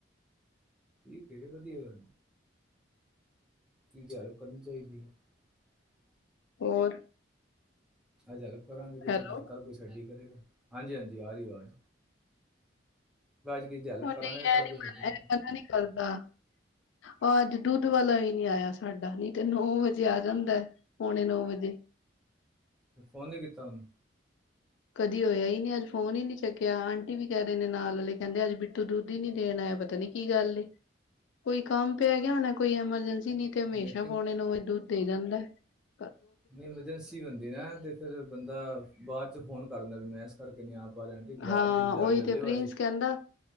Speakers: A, in the centre; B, on the left (about 75°).
A: ਕੀ ਵਧੀਆ ਗੱਲ ਕੀ ਜਾਰੂ ਕਰਨੀ ਚਾਹੀਦੀ ਹੈ। <unintelligible>
B: ਹੋਰ।
A: ਅੱਜਲਗ ਕਰਾਂਗੇ ਤੁਸੀਰ
B: ਹੈਲੋ
A: ਕੋਈ ਛੱਡੀ ਕਰੇਗਾ। ਹਾਂਜੀ ਹਾਂਜੀ ਆ ਰਹੀ ਆਵਾਜ਼। ਕਿਸੇ ਦੀ ਹੈਲਪ
B: ਹੁ ਨਹੀਂ
A: ਕਰਾਂਗੇ ਤੇ ਕੱਲ
B: ਐ ਨੀ
A: ਕੋਈ
B: ਮ
A: ਸਾਡੀ ਕਰੇਗਾ।
B: ਮਨਾ ਨਹੀਂ ਕਰਦਾ। ਭਾ ਅਜ ਦੁੱਧ ਵਾਲਾ ਵੀ ਨੀ ਆਇਆ ਸਾਡਾ ਨੀ। ਤੇ ਨੌ ਵਜੇ ਆ ਜਾਂਦਾ ਪੌਣੇ ਨੌ ਵਜੇ।
A: ਫੋਨ ਨਹੀਂ ਕੀਤਾ ਉਹਨ
B: ਕਦੀ ਹੋਇਆ ਹੀ ਨਹੀਂ ਅੱਜ ਫੋਨ ਹੀ ਨੀ ਚੱਕਿਆ ਆਂਟੀ ਵੀ ਕਹਿ ਰਹੇ ਨੇ ਨਾਲ ਵਾਲੇ ਕਹਿੰਦੇ ਅੱਜ ਬਿੱਟੂ ਦੁੱਧ ਹੀ ਨੀ ਦੇਣ ਆਇਆ ਪਤਾ ਨੀ ਕੀ ਗੱਲ ਏ ਕੋਈ ਕੰਮ ਪੈ ਗਿਆ ਹੋਣਾ ਕੋਈ ਐਮਰਜੈਂਸੀ ਨੀ ਤੇ ਹਮੇਸ਼ਾ
A: ਲੇਕਿਨ
B: ਪਾਉਣੇ ਨੂੰ ਦੁ ਦੇ ਜਾਂਦਾ ਐ
A: ਨਹੀਂ ਐਮਰਜੈਂਸੀ ਬੰਦੀ ਨਾ ਤੇ ਫੇਰ ਬੰਦਾ ਬਾਅਦ 'ਚ ਫੋਨ ਕਰਦਾ ਵੀ ਮੈਂ ਇਸ ਕਰਕੇ ਨਹੀਂ ਆ ਪਾ ਰਿਹਾ ਆਂਟੀ ਬਾਜ਼ਾਰ
B: ਹਾਂ
A: ਦੁੱਧ ਬਾਜ਼ਾਰ
B: ਓਹੀ
A: ਲੈ
B: ਤੇ
A: ਲਿਓ
B: ਪ੍ਰਿੰਸ
A: ਅੱਜ
B: ਕਹਿੰਦਾ